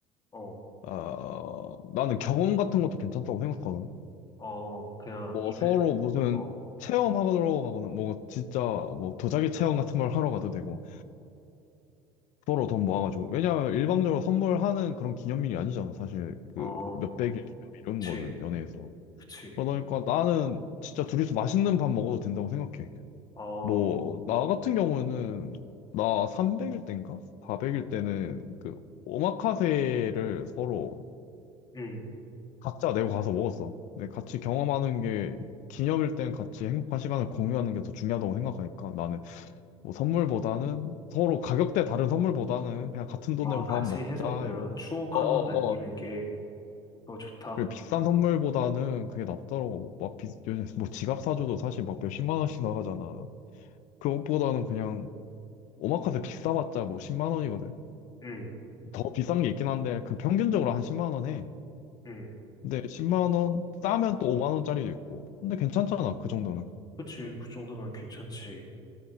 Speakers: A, on the left; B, on the left.
A: 어,
B: 아 나는 경험 같은 것도 괜찮다고 생각하거든.
A: 어, 그냥
B: 뭐
A: 입에,
B: 서로 무슨
A: 어,
B: 체험하러 가거나 뭐 진짜 뭐 도자기 체험 같은 걸 하러 가도 되고 서로 돈 모아가지고 왜냐면 일방적으로 선물하는 그런 기념일이 아니잖아 사실 그
A: 어,
B: 몇백일 기념일 이런
A: 그치,
B: 거는 연애에서
A: 그치,
B: 그러다 보니까 나는 진짜 둘이서 맛있는 밥 먹어도 된다고 생각해.
A: 어,
B: 뭐, 나 같은 경우는, 나 300일 때인가? 400일 때는 그, 오마카세를 서로
A: 음,
B: 각자 내고 가서 먹었어. 근데 같이 경험하는 게, 기념일 땐 같이 행복한 시간을 공유하는 게 더 중요하다고 생각하니까 나는 뭐 선물보다는 서로 가격대 다른 선물보다는 그냥 같은 돈
A: 아,
B: 내고 밥
A: 같이
B: 먹자
A: 해서 그냥
B: 이러고
A: 추억
B: 어어어
A: 하나 남기는 게 더 좋다.
B: 그리고 비싼 선물보다는 그게 낫더라고 막 비, 요즘 뭐 지갑 사줘도 사실 막 몇십만 원씩 나가잖아 그것보다는 그냥 오마카세 비싸봤자 뭐 10만 원이거든.
A: 음,
B: 더 비싼 게 있긴 한데 그 평균적으로 한 10만 원 해.
A: 음,
B: 근데 10만 원 싸면 또 5만 원짜리도 있고. 근데 괜찮잖아 그 정도는.
A: 그치, 그 정도면 괜찮지.